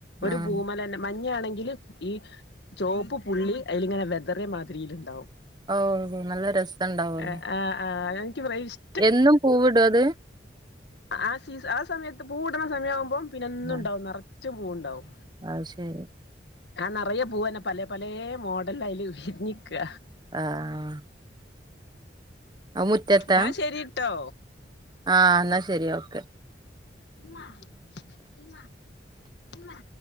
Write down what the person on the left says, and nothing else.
ഒരു
പൂമേലെന്നെ മഞ്ഞ ആണെങ്കിൽ ഈ ചുവപ്പ് പുള്ളി അതിലിങ്ങനെ വെതറിയ മാതിരി ഉണ്ടാവും
എ ആഹ് ആഹ് എനിക്ക് ഫ്രൈ ഇഷ്
ആ സീ ആ സമയത്ത് പൂവ് ഇടണ സമയാകുമ്പോ പിന്നെ എന്നും
ഉണ്ടാവും നിറച്ച് പൂവുണ്ടാവും
ആ നിറയ പൂവന്നെ പല പലേ മോഡൽ അയില് വിരിഞ്ഞിക്കുക
എന്നാ ശെരിട്ടോ
ഇമ്മ ഇമ്മ ഇമ്മ